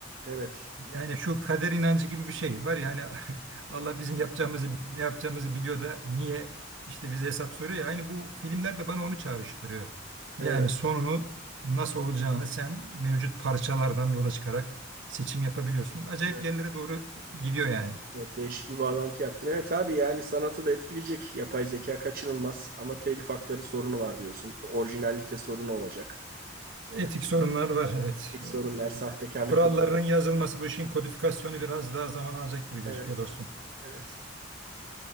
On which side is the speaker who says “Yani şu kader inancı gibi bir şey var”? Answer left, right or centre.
Right